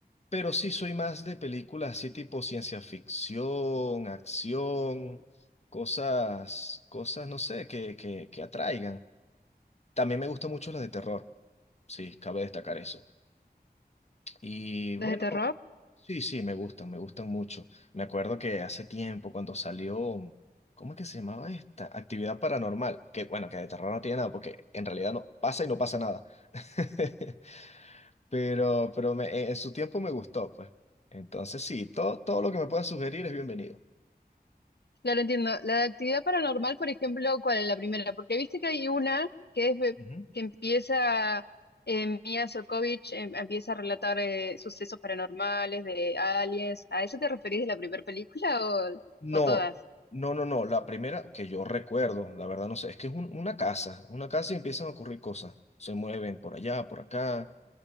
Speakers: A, on the left; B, on the left.
A: Pero sí soy más de películas así tipo ciencia ficción, acción, cosas, cosas, no sé, que, que, que atraigan. También me gustan mucho las de terror, sí, cabe destacar eso. Y
B: ¿Desde
A: bueno,
B: terror?
A: sí, sí, me gustan, me gustan mucho. Me acuerdo que hace tiempo cuando salió, ¿cómo es que se llamaba esta? Actividad paranormal, que bueno, que de terror no tiene nada, porque en realidad no pasa y no pasa nada. <laughs> Pero, pero me- e, en su tiempo me gustó, pues. Entonces sí, todo, todo lo que me puedas sugerir es bienvenido.
B: Claro, entiendo. La de actividad paranormal, por ejemplo, ¿cuál es la primera? Porque viste que hay una que es de-
A: Ujú.
B: que empieza eh, Mia Sokovich, em- empieza a relatar eh, sucesos paranormales de aliens. ¿A eso te referís de la primera película o,
A: No,
B: o todas?
A: no, no, no. La primera que yo recuerdo, la verdad no sé, es que es un- una casa, una casa y empiezan a ocurrir cosas. Se mueven por allá, por acá,